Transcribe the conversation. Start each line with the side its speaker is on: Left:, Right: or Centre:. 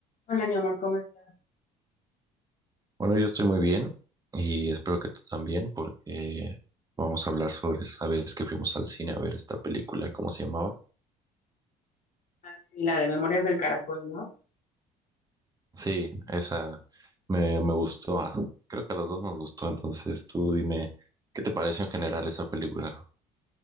Left: Hola, mi amor, ¿cómo estás?
Right: Bueno, yo estoy muy bien y espero que tú también, porque vamos a hablar sobre esa vez que fuimos al cine a ver esta película, ¿cómo se llamaba?
Left: Ah, sí, la de Memorias del Caracol, ¿no?
Right: Sí, esa me, me gustó. ah, Creo que a los dos nos gustó, entonces tú dime, ¿qué te parece en general esa película?